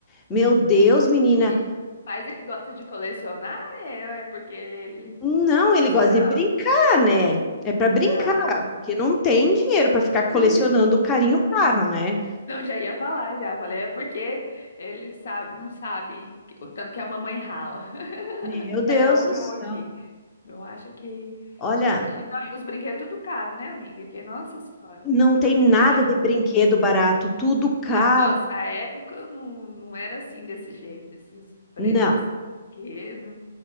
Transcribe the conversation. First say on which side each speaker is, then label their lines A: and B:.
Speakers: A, on the left; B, on the left.
A: Meu Deus, menina.
B: E, mas ele gosta de colecionar? É, é porque ele, ele
A: Não,
B: fala
A: ele
B: assim,
A: gosta
B: ah,
A: de brincar, né? É pra brincar,
B: ah, tá.
A: que não tem dinheiro pra ficar colecionando
B: <laughs>
A: carinho caro, né?
B: Não, já ia falar, já falei, é porque ele sabe, não sabe que- o tanto que a mamãe rala. <laughs>
A: Meu Deus
B: Tá igual o
A: do
B: meu
A: céu.
B: aqui. Eu acho que.
A: Olha.
B: é, e- não, e os brinquedos tudo caro, né, amiga? Que, nossa senhora.
A: Não tem nada
B: Na,
A: de brinquedo barato, tudo caro.
B: na nossa época não, não era assim desse jeito, esses preços
A: Não.
B: desses brinquedos.